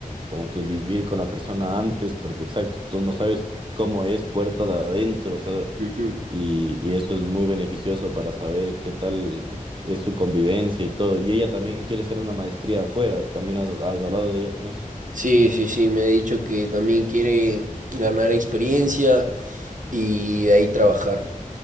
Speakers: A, on the right (about 35°); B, on the right (about 65°).
A: como que vivir con la persona antes, porque exacto, tú no sabes cómo es puertas adentro, o sea,
B: Ujú.
A: y, y eso es muy beneficioso para saber qué tal es su convivencia y todo. Y ella también quiere hacer una maestría afuera, también has, has hablado de ella con eso.
B: Sí, sí, sí, me ha dicho que también quiere ganar experiencia, y de ahí trabajar.